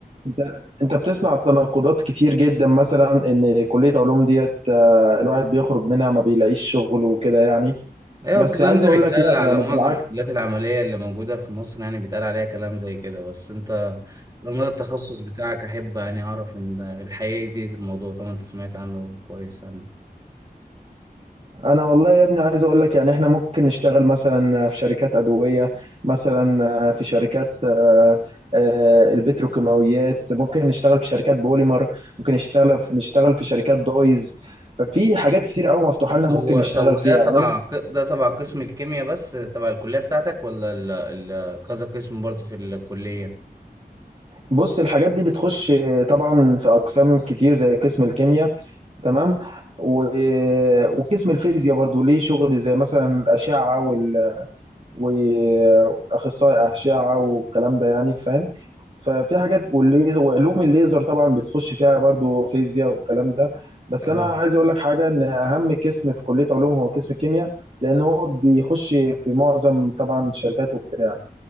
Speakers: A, on the right; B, on the right.
A: انت انت بتسمع التناقضات كتير جدا مثلا ان كليه علوم ديت آه، الواحد بيخرج منها ما بيلاقيش شغل وكده يعني
B: ايوه
A: بس
B: الكلام
A: عايز
B: ده
A: اقول
B: بيتقال
A: لك لا
B: على
A: يعني
B: معظم
A: بالعكس
B: الكليات العمليه اللي موجوده في مصر يعني بيتقال عليها كلام زي كده بس انت لما ده التخصص بتاعك احب يعني اعرف ان الحقيقه دي في الموضوع طبعا انت سمعت عنه كويس يعني
A: انا والله يا ابني عايز اقول لك يعني احنا ممكن نشتغل مثلا في شركات ادويه مثلا آه، في شركات آه، آه، البتروكيماويات ممكن نشتغل في شركات بوليمر ممكن نشتغل في نشتغل في شركات دايز ففي حاجات كتير قوي مفتوحه لنا
B: طب
A: ممكن
B: هو
A: نشتغل
B: طب هو
A: فيها
B: ده تبع
A: يعني انا
B: ق- ده تبع قسم الكيمياء بس تبع الكليه بتاعتك ولا ال... ال... كذا قسم برضه في الكليه
A: بص الحاجات دي بتخش آه، طبعا في اقسام كتير زي قسم الكيمياء تمام و... وقسم الفيزياء برضو ليه شغل زي مثلا الأشعة وال... وأخصائي أشعة والكلام ده يعني فاهم ففي حاجات والليزر وعلوم الليزر طبعا بتخش فيها برضو فيزياء والكلام ده بس
B: اه
A: أنا عايز أقول لك حاجة إن أهم قسم في كلية علوم هو قسم الكيمياء لأن هو بيخش في معظم طبعا الشركات وبتاع